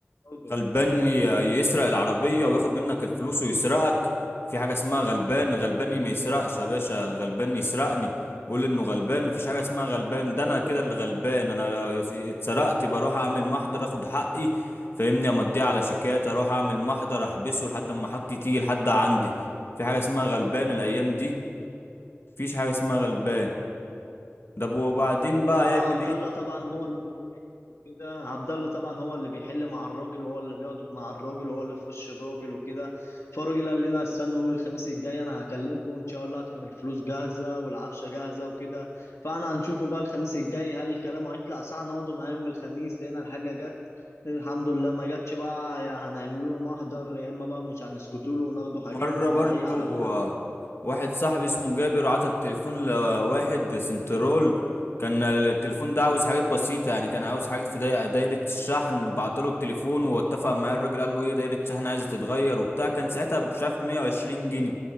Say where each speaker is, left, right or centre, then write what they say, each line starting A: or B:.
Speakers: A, on the left; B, on the left.
A: اتسجل
B: غلبان ي- يسرق العربيه وياخد منك الفلوس ويسرقك في حاجه اسمها غلبان غلباني ما يسرقش يا باشا غلبان يسرقني قول انه غلبان مفيش حاجه اسمها غلبان ده انا كده اللي غلبان انا اتسرقت بروح اعمل محضر اخد حقي فاهمني امضيه على شيكات اروح اعمل محضر احبسه لحد ما حاجتي تيجي لحد عندي في حاجه اسمها غلبان الايام دي مفيش حاجه اسمها غلبان ده وبعدين بقى
A: ما
B: يعمل
A: عبد
B: ايه
A: الله طبعا هو اللي بيحل كده عبد الله طبعا هو اللي بيحل مع الراجل وهو اللي بيقعد مع الراجل وهو اللي في وش الراجل وكده فالراجل قال لنا استنوا يوم الخميس الجاي انا هكلمكم ان شاء الله هتكون الفلوس جاهزه والعفشه جاهزه وكده فانا هنشوفه بقى الخميس الجاي هل الكلام هيطلع صح نقعدوا معاه يوم الخميس لقينا الحاجه جت الحمد لله ما جاتش بقى يا هنعملوا له محضر يا اما بقى مش هنسكتوا له وناخدوا حاجتنا
B: مرة
A: من
B: برضو
A: اي عربيه عادي.
B: آه، واحد صاحبي اسمه جابر عطى التليفون لواحد سنترول كان التليفون ده عاوز حاجات بسيطة يعني كان عاوز حاجات في داي- دايرة الشحن بعتله التليفون واتفق معاه الراجل قال له ايه دايرة الشحن عايزة تتغير وبتاع كان ساعتها مش عارف 120 جنيه